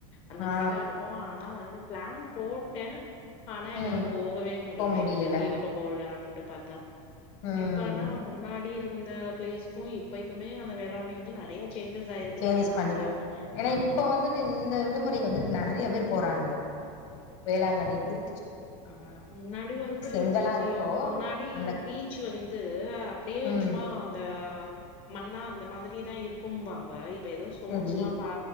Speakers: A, on the left; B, on the left.
A: அந்த
B: ஆ
A: மாரி தா இருக்கோ ஆனா வந்து பிளான் போ ட்ட ஆனா என்னால
B: ம்
A: போகவே முடில
B: போ முடியல
A: இந்த லீவுக்கு போலான்ட்டு பாத்தா
B: ம்
A: இப்பனா முன்னாடியிருந்த பிளேஸுக்கு இப்பைக்குமே அந்த வேளாங்கண்ணி வந்து நறைய சேஞ்சஸ் ஆயிருக்குன்
B: சேஞ்சஸ்
A: சொன்னாங்க
B: பண்ணி ஏன்னா
A: ஆமா
B: இப்போ வந்துட்டு இந்த விடுமுறைக்கு வந்துட் நறைய பேர் போறாங்க வேளாங்கண்ணி திரு
A: அ முன்னாடி வந்து
B: எங்கெல்லா
A: இல்ல
B: இருக்கோ
A: முன்னாடி
B: அந்த
A: பீச் வந்து அப்டியே
B: ம்
A: சும்மா அந்த மண்ணா அந்த மாதிரி தா இருக்கும்பாங்க இ ப்ப ஏதோ ஸ்டோன்ஸ்லா
B: சரி
A: பா